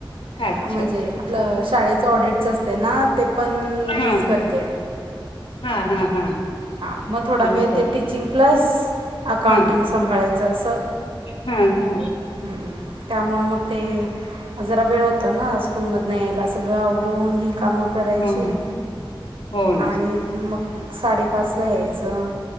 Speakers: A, on the left (about 85°); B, on the right (about 85°).
A: अच्छा
B: मंजे
A: अच्छा अच्छा
B: आपल शाळेचं ऑडिट च असते ना ते पण
A: हा
B: मीच त्या
A: हा हा हा
B: हा मग थोडा वेळ
A: असं
B: तर टीचिंग क्लास अकाउंटिंग
A: हा
B: सांभाळायचं असं
A: हा हा
B: हं त्यामुळं मग ते जरा वेळ होता न स्कूल मधन यायला सगळं आवरून ही कामं करायची
A: हो हो ना
B: आणि मग साडे पाचला यायचं